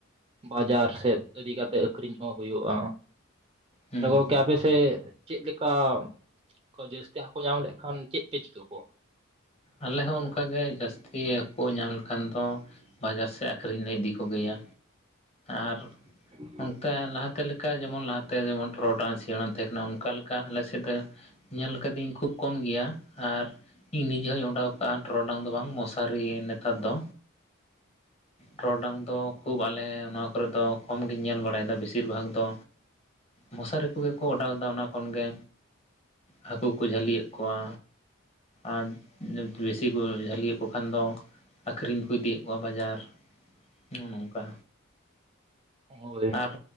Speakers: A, on the right; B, on the left.
A: ᱵᱟᱡᱟᱨ ᱥᱮᱫ ᱤᱫᱤ ᱠᱟᱛᱮᱫ ᱟᱠᱷᱨᱤᱧ ᱦᱚᱸ ᱦᱩᱭᱩᱜᱼᱟ
B: ᱦᱮᱸ
A: ᱛᱚ ᱜᱚᱢᱠᱮ
B: ᱦᱩᱸ
A: ᱟᱯᱮᱥᱮᱫ ᱪᱮᱫ ᱞᱮᱠᱟ ᱠᱚ ᱡᱟᱹᱥᱛᱤ ᱦᱟᱹᱠᱩ ᱧᱟᱢ ᱞᱮᱠᱷᱟᱱ ᱪᱮᱫ ᱯᱮ ᱪᱤᱠᱟᱹ ᱠᱚᱣᱟ
B: ᱟᱞᱮ ᱦᱚᱸ ᱚᱱᱠᱟ ᱜᱮ ᱡᱟᱹᱥᱛᱤ ᱦᱟᱠᱳ ᱧᱟᱢ ᱞᱮ ᱞᱮᱠᱷᱟᱱ ᱫᱚ ᱵᱟᱡᱟᱨ ᱥᱮᱫ ᱟᱹᱠᱷᱨᱤᱧ ᱞᱮ ᱤᱫᱤ ᱠᱚᱜᱮᱭᱟ ᱟᱨ
A: <inaudible>
B: ᱚᱱᱠᱟ ᱞᱟᱦᱟᱛᱮ ᱞᱮᱠᱟ ᱡᱮᱢᱚᱱ ᱞᱟᱦᱟᱛᱮ ᱡᱮᱢᱚᱱ ᱴᱨᱚᱰᱟᱝ ᱥᱤᱲᱟᱹᱱ ᱛᱟᱦᱮᱸ ᱠᱟᱱᱟ ᱚᱱᱠᱟ ᱞᱮᱠᱟ ᱟᱞᱮ ᱥᱮᱫ ᱫᱚ ᱧᱮᱞ ᱟᱠᱟᱫᱟᱹᱧ ᱠᱷᱩᱵ ᱠᱚᱢ ᱜᱮᱭᱟ ᱟᱨ ᱤᱧ ᱱᱤᱡᱮ ᱦᱚᱧ ᱮᱰᱟᱣ ᱠᱟᱜᱼᱟ ᱴᱨᱚᱰᱟᱝ ᱫᱚ ᱵᱟᱝ ᱢᱚᱥᱟᱨᱤ ᱱᱮᱛᱟᱨ ᱫᱚ ᱴᱨᱚᱰᱟᱝ ᱫᱚ ᱠᱷᱩᱵ ᱟᱞᱮ ᱚᱱᱟ ᱠᱚᱨᱮᱫ ᱫᱚ ᱠᱚᱢ ᱜᱤᱧ ᱧᱮᱞ ᱵᱟᱲ ᱵᱟᱲᱟᱭᱟ ᱵᱮᱥᱤᱨ ᱵᱷᱟᱜᱽ ᱫᱚ ᱢᱚᱥᱟᱨᱤ ᱠᱚᱜᱮ ᱠᱚ ᱚᱰᱟᱣ ᱮᱫᱟ ᱚᱱᱟ ᱠᱷᱚᱱ ᱜᱮ ᱦᱟᱹᱠᱩ ᱠᱚ ᱡᱷᱟᱹᱞᱤᱭᱮᱫ ᱠᱚᱣᱟ ᱟᱨ ᱵᱮᱥᱤ ᱠᱚ ᱡᱷᱟᱹᱞᱤ ᱮᱫ ᱠᱚ ᱠᱷᱟᱱ ᱫᱚ ᱟᱹᱠᱷᱨᱤᱧ ᱠᱚ ᱤᱫᱤᱭᱮᱫ ᱠᱚᱣᱟ ᱵᱟᱡᱟᱨ ᱱᱚᱜᱼᱚᱸ ᱱᱚᱝᱠᱟ
A: ᱦᱳᱭ
B: ᱟᱨ